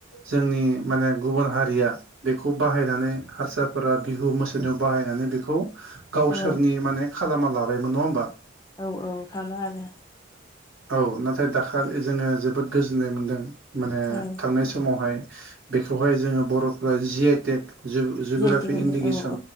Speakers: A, on the right; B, on the left.
A: जोंनि माने गुबुन हारिया बेखौ बाहायनानै हारसाफोरा बिहु मोसानो बाहायनानै बेखौ गावसोरनि
B: औ
A: माने खालामा लाबायमोन नङा होमबा।
B: औ औ खामो आरो
A: औ नाथाय दाखालि जोङो जोबोद गोजोननाय मोनदों माने
B: औ
A: थांनाय समावहाय बेखौहाय जोङो बर'फोरा G I tech geography
B: G I tech मोनबाय
A: इन्डिकेसन
B: औ